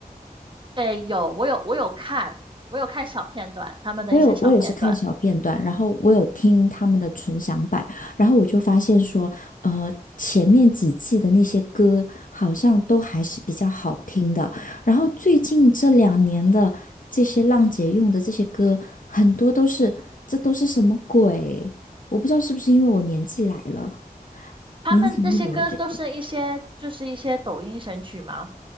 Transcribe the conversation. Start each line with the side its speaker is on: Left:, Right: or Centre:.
Right: 诶，有我有我有看，我有看小片段，他们的一些小片段，
Left: 我有我也是看小片段，然后我有听他们的纯享版，然后我就发现说，呃，前面几季的那些歌好像都还是比较好听的，然后最近这两年的这些浪姐用的这些歌，很多都是这都是什么鬼？我不知道是不是因为我年纪来了，
Right: 他们那些歌都是一些就是一些抖音神曲嘛。
Left: 你你怎么觉